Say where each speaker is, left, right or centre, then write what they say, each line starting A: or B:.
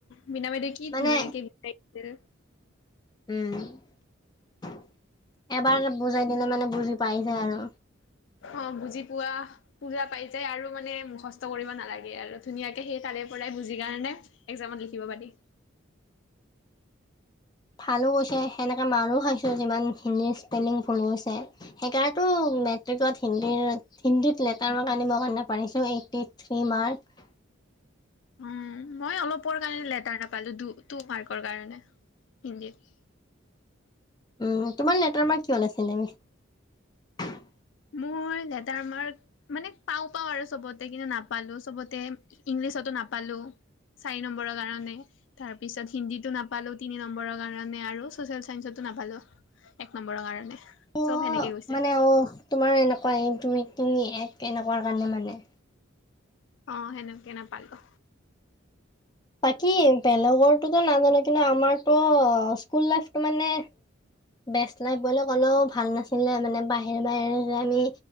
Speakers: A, on the left (about 65°); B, on the left (about 20°).
A: মিনা বাইদেউ কি
B: মানে
A: ধুনীয়াকে বাজাইদিছিল।
B: উম এবাৰ বুজাই দিলে মানে বুজি। পাই যায় আৰু
A: অ বুজি পোৱা বুজা পাই যায় আৰু মানে মুখষ্ট কৰিব নালাগে আৰু ধুনীয়াকে সেই তালিৰ পৰাই বুজি কাৰণে একজামত <unintelligible> লিখিব পাৰে
B: ভালো গৈছে সেনেকে মানুহও খাইছে। হিন্দীৰ স্পেলিং ভ সেইকাৰ ম্ৰিকত হ। <unintelligible> লেটাৰ ম আনিবা কাৰণে পাৰিছো এইটি থিৰী মাৰ্ক্স। <unintelligible>
A: উম মই অলপ। ৰ কাৰণে লেটাৰ নাপালো তটো মাৰ্কৰ কাৰণে। হিন্দীত।
B: উম তোমাৰ লেটাৰ মাৰ্ক কিহত আছিলে? <unintelligible>
A: মোৰ লেটাৰ মাৰ্ক মানে পাওঁ পাও আৰু চবতে কিন্তু নাপালো, চবতে পিছতো নাপালো <unintelligible> চাৰি নম্বৰৰ কাৰণে তাৰ পিছত হিন্দীতো নাপালো তিনি নম্বৰৰ কাৰণে আৰু ছচিয়েল চাইন্সতো <unintelligible> নাপালো এক নম্বৰৰ কাৰণে।
B: অ
A: চব সেনেকে গৈছে
B: মানে অ তোমাৰ এনেকুৱা ক তুমি তুমি এক এনেকুৱা কাৰণে মানে।
A: অ সেনেকে নাপালো।
B: বাকী বেলেগৰটোতো নাজানো কিন্তু আমাৰতো স্কুল লাইফটো মানে বেষ্ট ক'লেও ভাল নাছিলে মানে বাহিৰে বাহৰে আমি